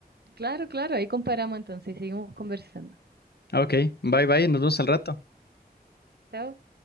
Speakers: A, on the right; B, on the left.
A: Claro, claro, ahí comparamos entonces, seguimos conversando.
B: Ok, bye bye, nos vemos al rato.
A: Chao.